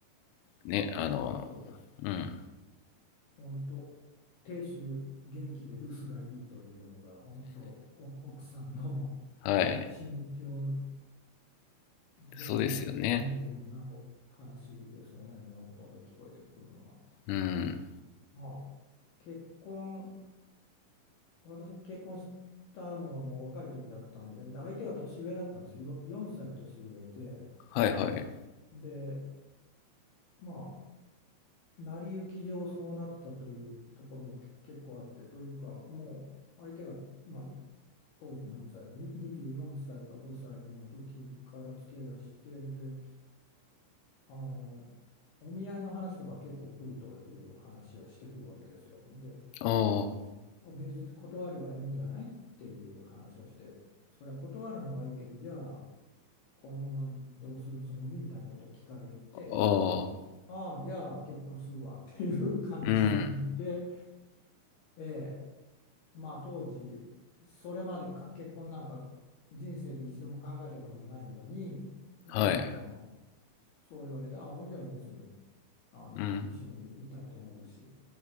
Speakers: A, on the left; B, on the left.
A: ね、あの、
B: そう、そうです。
A: うん、
B: 本当、亭主元気で留守がいいというのが、本当、お奥さんの、
A: はい、
B: 心境じゃないかと思うような話ですよね、
A: そうですよね。
B: でもほとんど聞こえてくるのは。
A: うん、
B: まあ、結婚、私が結婚したのはもう若い時だったんで、で相手が年上だったんですよ、4歳年上で、
A: はいはい。
B: で、まあ、成り行き上そうなったというところも結構あって、というか、もう相手が、まあ、当時何歳で、に24歳か5歳の時から付き合いだしてんで、あのお見合いの話とか結構来るという話をしてくるわけですよ。で、
A: あ
B: 別に断ればいいんじゃないっていう話をして、それは断るのはいいけど、じゃあこのままどうするつもりみたいなことを聞かれて、
A: あ、ああ、
B: ああ、じゃあ結婚するわっていう感じにで、
A: うん、
B: ええ、まあ当時、それまでか結婚なんか人生で一度も考えたこともないのに、もうその、
A: はい、
B: そう言われて、ああ、じゃあ別に。あの一緒にいたいと思うしっ
A: うん、